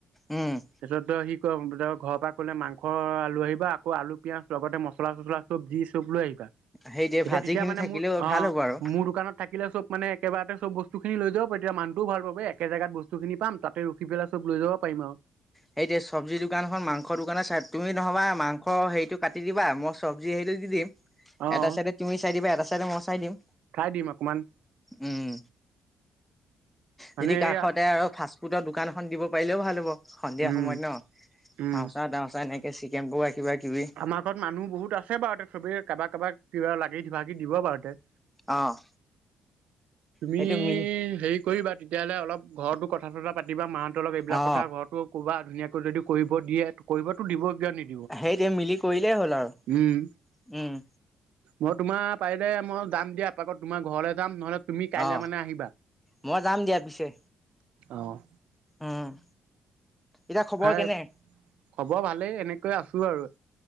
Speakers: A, in the centre; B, on the right.
A: উম
B: তাৰপিছত সি ক বজাৰৰ ঘৰ পৰা কলে মাংস কাখৰ আ লৈ আহিবা আকৌ আলু, পিঁয়াজ লগতে মছলা-চচলা চব যি চব লৈ আহিবা।
A: সেইটোৱে
B: এতিয়া
A: ভাজি
B: তেতিয়া
A: খিনি
B: মানে
A: থাকিলেও
B: মোৰ অ
A: ভাল হ'ব আৰু
B: মোৰ দোকানত থাকিলে চব মানে একেবাৰেতে চববস্তুিনি লৈ যাব তেতিয়া মানটো ভাল পাব একে জেগাত বস্তুখিনি পাম তাত ত ৰখি পেলা চব লৈ যাব পাৰিম আৰু
A: সেইটো চব্জি দোকানখনন মাংসৰ দোকানে চাই তুমি নহবা মাংসৰ হেৰিটো কাটি দিবা মই চব্জি হেটো দি দিম
B: অ',
A: এটা চাইডে তুমি চাই দিবা এটা চাইডে মই চাই দিম।
B: খাই দিম অকমান
A: উ'ম
B: মানে
A: যদি কাষতে
B: এইয়া
A: আৰু ফচ তোৰতৰ দোকান এখন দিব পাৰিলেও ভাল হ'ব সন্ধিয়া
B: উম,
A: সময়ত ন চাওচা-
B: উম,
A: তাওচা এনেকে কেঁচি কেম্পু ৰাখিবা কিবা কিবি
B: আমাৰ ঘৰত মানুহ বহুত আছে বাৰুতে চবেই কাবাক কাবাক কিবা লাগিিবাকি দিব বাৰু তয়াতে
A: অ'
B: তুমি
A: সেইটো মিলি
B: হেৰি কৰিবা তেতিয়াহ'লে অলপ ঘৰতো কথা- চতা পাতিবা মাহঁত অলপ এইবিলাক
A: অ
B: কথা ঘৰতো কবা ধুনীয়াকৈ যদি কৰিব দিয়ে কৰিবটো দিব কিয় নিদিব
A: সেইটোয়ে মিলি কৰিলেই হ'ল আৰু--উ'ম
B: উম, মই তোমাৰ পাৰিলে মই যাম দিয়াপাকত তোমাৰ ঘৰলৈ যাম নহলে তুমি কাইলে
A: অ
B: মানে আহিবা।
A: মই যাম দিয়া পিছে
B: অ'
A: উ'ম, এতিয়া খবৰ
B: হেই
A: কেনে?
B: খবৰ ভালেই এনেকৈ আছো আৰু